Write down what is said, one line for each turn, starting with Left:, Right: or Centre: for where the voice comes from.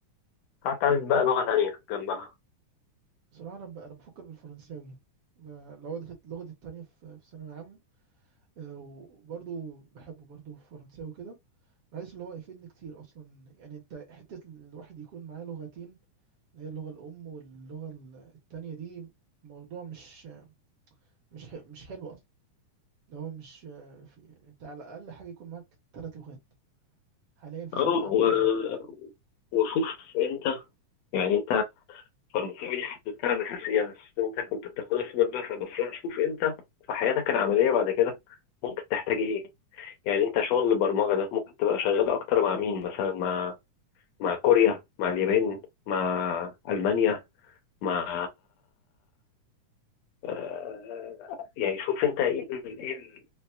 Left: تتعلم بقى لغة تانية جنبها
Right: بصراحة أنا ب- أنا بفكر بالفرنساوي ب- اللي هو دي كانت لغتي التانية في في ثانوية عامة آه، وبرضه بحبه برضه في فرنساوي كده بحيث اللي هو يفيدني كتير اصلا يعني انت حتة الواحد يكون معاه لغتين اللي هي اللغة الام واللغة ال- التانية دي موضوع مش مش ح- مش حلو اصلا اللي هو مش آه، في يعني انت على الاقل حاجة يكون معاك ثلاث لغات حاليا في
Left: اه
Right: سوق العمل
Left: و-
Right: يعني
Left: وشوف انت يعني انت فرنساوي دي حددتها الأساسية بس انت كنت بتاخدها في المدرسة بس شوف انت في حياتك العملية بعد كده ممكن تحتاج ايه يعني انت شغل البرمجة ده ممكن تبقى شغال اكتر مع مين مثلا مع مع كوريا مع اليابان مع ألمانيا مع آه، يعني شوف انت ايه ال- ايه ال-